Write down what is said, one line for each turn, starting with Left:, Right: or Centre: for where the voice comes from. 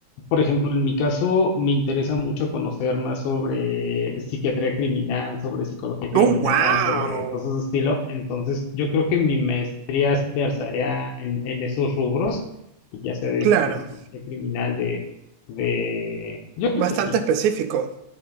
Left: por ejemplo, en mi caso me interesa mucho conocer más sobre psiquiatría criminal, sobre psicología criminal,
Right: Oh, wow.
Left: sobre cosas de estilo. Entonces, yo creo que mi maestría es versaría en, en esos rubros, ya sea de,
Right: Claro.
Left: de psicología criminal, de, de... Yo creo
Right: Bastante
Left: que sí.
Right: específico.